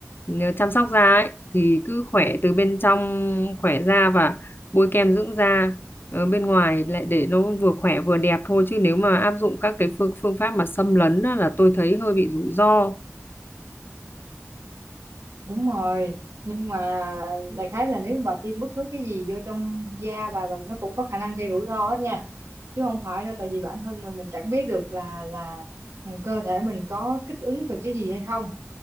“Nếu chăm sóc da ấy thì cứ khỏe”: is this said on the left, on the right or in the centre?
Left